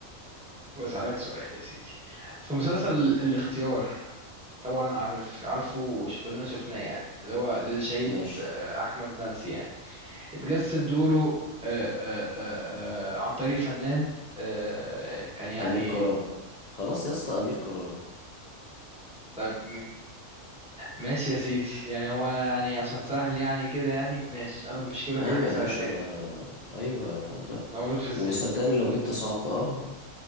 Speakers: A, in the centre; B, on the left.
A: وأسألك سؤال يا سيدي في مسلسل الاختيار طبعا عارف عارفه وكلنا شفناه يعني اللي هو للشهيد
B: ماشي
A: آه، أحمد منسي يعني اتجسد دوره آه، آه، آه، آه، عن طريق فنان آه، كان يعني
B: أمير كرارة خلاص يا اسطى أمير كرارة
A: طيب ماشي يا سيدي يعني هو أنا يعني عشان سهل يعني كده يعني ماشي انا مش هجيب لك
B: أيوة
A: حاجه سهله
B: يا باشا
A: تاني
B: أنا أيوة أنا لأ
A: مولود في السينما
B: وصدقني لو جبت صعب أه آه.